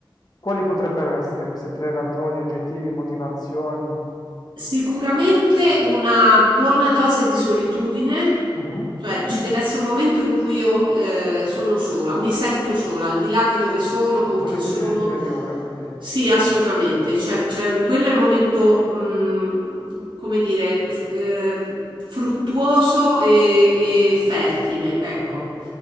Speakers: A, on the left; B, on the right.
A: quali potrebbero essere queste tre ragioni, aggettivi, motivazioni?
B: Sicuramente una buona dose di solitudine,
A: Mhm.
B: cioè Mhm. ci deve essere un momento in cui io eh, sono sola, mi sento sola, al di là di dove sono,
A: Quindi
B: con
A: Solitudine
B: chi sono.
A: interiore, ok.
B: Sì, assolutamente. C'è- c'è- quello è il momento, mh, come dire, f- eh, fruttuoso e, e fertile, ecco.
A: Sì,